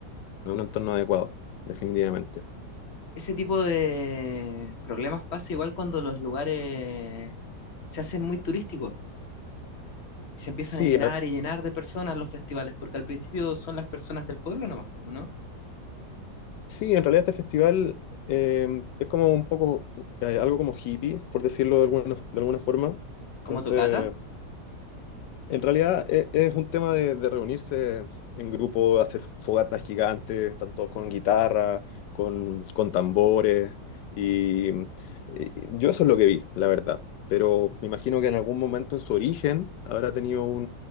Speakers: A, on the left (about 85°); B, on the left (about 40°).
A: no es un entorno adecuado, definitivamente.
B: Ese tipo de problemas pasa igual cuando los lugares se hacen muy turísticos y se empiezan
A: Sí,
B: a llenar
A: a-
B: y llenar de personas los festivales, porque al principio son las personas del pueblo nomás, po, ¿no?
A: sí, en realidad este festival eh, es como un poco, eh, algo como hippie, por decirlo de alguna, de alguna forma. Entonces,
B: Como Tocata,
A: en realidad e- es, un tema de, de reunirse en grupo, hacer fogatas gigantes, tanto con guitarra, con, con tambores. Y, y yo eso es lo que vi, la verdad. Pero me imagino que en algún momento en su origen habrá tenido